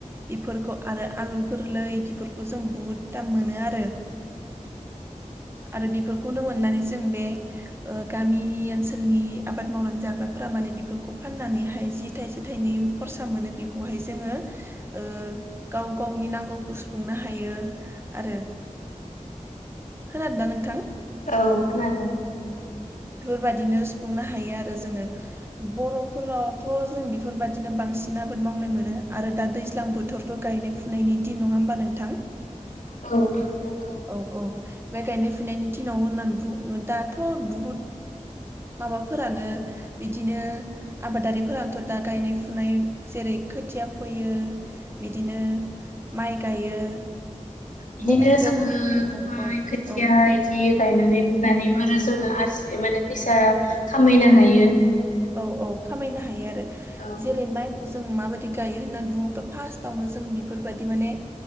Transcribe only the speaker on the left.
<inaudible>
<inaudible>
औ खोनादों।
औ नंगौ
बिदिनो
जोङो
माइ
खोथिया
बिदि गायनानै फुनानैबो <unintelligible> जोङो आरजि माने फैसा खामायनो
हायो
औ